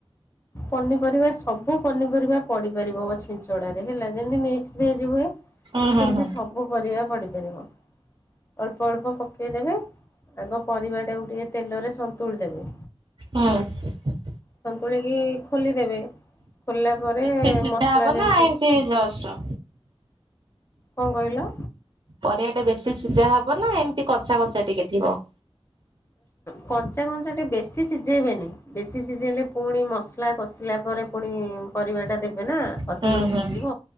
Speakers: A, on the left (about 25°); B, on the right (about 45°).
A: ପନିପରିବା ସବୁ ପନିପରିବା ପଡିପାରିବ ଛିଞ୍ଚଡ଼ାରେ ହେଲା ଯେମତି ମିକ୍ସ ଭେଜ ହୁଏ।
B: ହୁଁ ହୁଁ
A: ସେମତି
B: ହୁଁ
A: ସବୁ ପରିବା ପଡିପାରିବ ଅଳ୍ପ ଅଳ୍ପ ପକେଇଦେବେ। ଆଗ ପରିବାଟାକୁ ଟିକେ ତେଲରେ ସନ୍ତୁଳି ଦେବେ।
B: ହଁ।
A: ସନ୍ତୁଳିକି ଖୋଲିଦେବେ। ଖୋଲିଲା ପରେ
B: ବେଶୀ ସିଧା
A: ମସଲା
B: ହବ
A: ଯେମିତି
B: ନା ଏମିତି ଜଷ୍ଟ?
A: କଣ କହିଲ?
B: ପରିବାଟା ବେଶୀ ସିଝା ହବ ନା ଏମତି କଞ୍ଚା କଞ୍ଚା ଟିକେ ଥିବ?
A: କଞ୍ଚା କଞ୍ଚା ଟିକେ ବେଶି ସିଝେଇବେନି। ବେଶୀ ସିଝେଇଲେ ପୁଣି ମସଲା କଷିଲା ପରେ ପୁଣି ପରିବାଟା ଦେବେ ନା।
B: ହୁଁ
A: ଅଧିକ ସିଝିଯିବ
B: ହୁଁ ହୁଁ